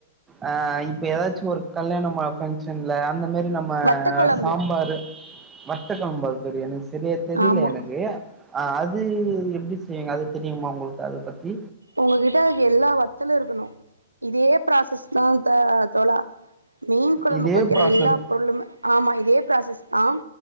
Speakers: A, on the right (about 20°); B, on the right (about 85°).
A: ஆ இப்ப எதாச்சு ஒரு கல்யாணம ஃபங்க்ஷன்ல அந்த மாரி நம்ம
B: வத்த குழம்பு
A: சாம்பார் வற்த்த கொழம்பா அது பேரு எனக்கு சரியா தெரியலே
B: ஆமா
A: எனக்கு ஆ அது எப்டி செய்வங்க அது தெரியுமா உங்களுக்கு அத பத்தி
B: உங்ககிட்ட அதுக்கு எல்லா வத்தலு இருக்கணு இதே ப்ராசஸ்தா த தோழா மீன் கொழம்புக்கு
A: இதே
B: வைக்கிற
A: ப்ராசஸ்
B: எல்லா பொருளுமே ஆமா இதே ப்ராசஸ்தா